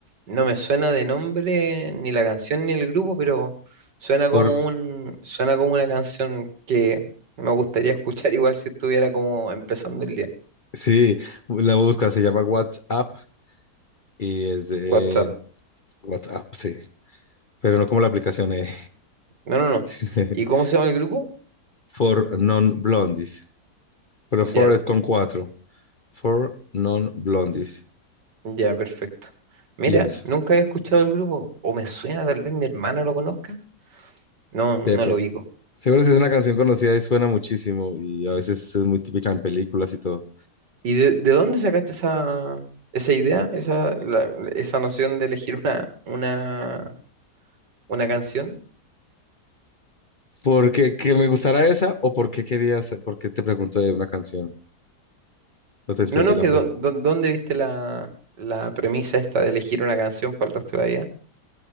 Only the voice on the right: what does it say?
no me suena de nombre ni la canción ni el grupo, pero suena
como un, suena como una canción que me gustaría escuchar igual si estuviera como empezando el día.
WhatsApp.
No, no, no.
¿Y cómo se llama el grupo?
Ya,
ya, perfecto. Mira,
nunca había escuchado el grupo, o me suena, tal vez mi hermano lo conozca. No, no
lo ubico.
¿Y de, de dónde sacaste esa, esa idea, esa, la- esa noción de elegir una, una, una canción?
No, no,
que
dó- dó- ¿dónde viste la, la premisa esta de elegir una canción para el resto de la vida?